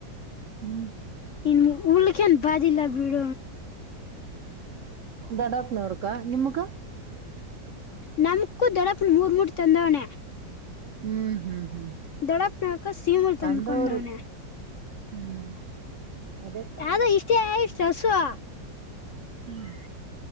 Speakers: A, on the right; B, on the left.
A: ಹ್ಮ್
B: ಇನ್ನು ಉಲ್ಖನ್ ಬಾಜಿಲ್ಲ ಬಿಡ
A: ದಡಾಪ್ನವರ್ಕಾ ನಿಮಕ್ಕ
B: ನಮ ನಕ್ಕುದಡಪ್ನ ಮೂರುಮ ಮೂರು ತಂದಾವಣ
A: ಹ್ಮ್ ಹ್ಮ್ ಹ್ಮ್
B: ದೊಡಪ್ನಕ ಸೀಮುಳ
A: ತಂದವ್ರಿ
B: ತನ್ಕೊಂಡವನ.
A: ಹ್ಮ್. ಅದೇ
B: ಯ್ದೋ ಇಷ್ಟೇಷ್ಟ್ಟಸ್ು
A: ಹ್ಮ್